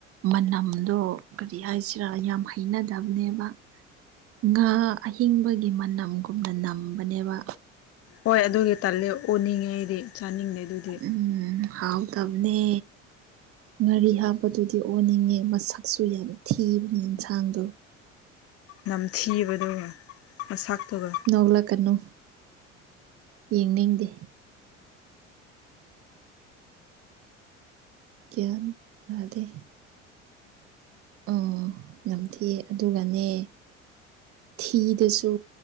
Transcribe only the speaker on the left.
ꯍꯣꯏ ꯑꯗꯨꯒꯤ ꯇꯥꯜꯂꯦ ꯑꯣꯅꯤꯡꯉꯦ ꯑꯩꯗꯤ ꯆꯥꯅꯤꯡꯗꯦ ꯑꯗꯨꯗꯤ
ꯅꯝꯊꯤꯕꯗꯨꯒ ꯃꯁꯥꯛꯇꯨꯒ